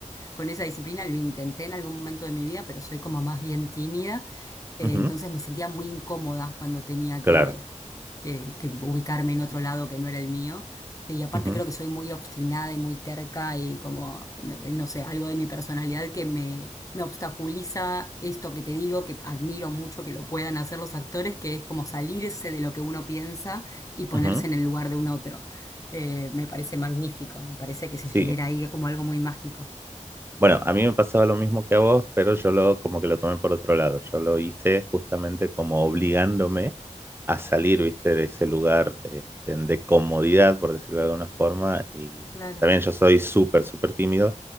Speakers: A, on the left; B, on the right.
A: con esa disciplina, lo intenté en algún momento de mi vida, pero soy como más bien tímida, eh,
B: ujú,
A: entonces
B: ujú,
A: me sentía muy incómoda cuando tenía
B: claro,
A: que, que- que ubicarme en otro lado que no era el mío. Eh, Y aparte
B: ujú,
A: creo que soy muy obstinada y muy terca y como, no, eh, no sé, algo de mi personalidad que me, me obstaculiza esto que te digo, que admiro mucho que lo puedan hacer los actores, que es como salirse de lo que uno piensa y ponerse
B: ujú,
A: en el lugar de un otro. Eh, me parece magnífico, me parece que se
B: sí,
A: genera ahí como algo muy mágico.
B: Bueno, a mí me pasaba lo mismo que a vos, pero yo lo como que lo tomé por otro lado. Yo lo hice justamente como obligándome a salir, viste, de ese lugar este, de comodidad, por decirlo de alguna forma. Y
A: Claro.
B: también yo soy súper, súper tímido,